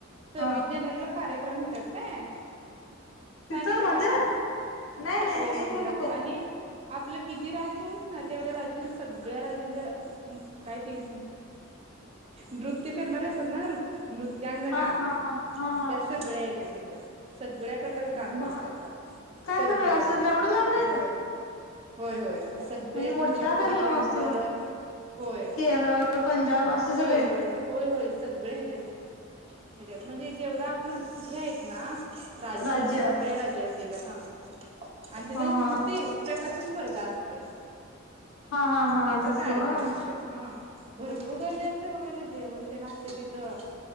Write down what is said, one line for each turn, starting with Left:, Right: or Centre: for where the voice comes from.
Right: सव्वीस
Left: हा
Right: जानेवारीला कार्यक्रम होत्यात काय?
Left: तिथं
Right: सांगितलं
Left: मंदिरात
Right: का ते?
Left: नाही नाही
Right: होय,
Left: ते
Right: मंदिरात
Left: नाही बोलल्या
Right: आणि आपलं किती राज्य आहेत ना तेवढ्या राज्यातल्या सगळ्या राज्यातल्या काय ते नृत्य करणारे असतात ना नृत त्यांगणा
Left: हा हा हा हा हा
Right: त्या सगळ्या येत्यात तिथं सगळ्या प्रकारच डान्स
Left: भा
Right: असत्यात
Left: काय
Right: सव्वीस
Left: सांगायला
Right: जानेवारीला
Left: असं एवढं लांब नाही येतात
Right: होय होय होय. सगळे
Left: म्हणजे मोठा
Right: कुचीपुडी
Left: कार्यक्रम
Right: नंतर,
Left: असतो पण
Right: होय,
Left: केरळ पंजाब असे
Right: केरळ
Left: सगळे
Right: होय होय. सगळ्या ह्याच्यातली येत्यात, म्हणजे जेवढं आपलं हे हाईत ना राज्यं
Left: राज्य
Right: सगळ्या राज्यातली येत्यात हा आणि तिथं
Left: हा हा
Right: ते प्रकारची स्पर्धा असत्या.
Left: हा हा हा
Right: त्यांच
Left: तस
Right: कार्यक्रम
Left: होय
Right: असत्यात हां भरपूर गर्दी असते बघायला जेवण ते आसते तिथं.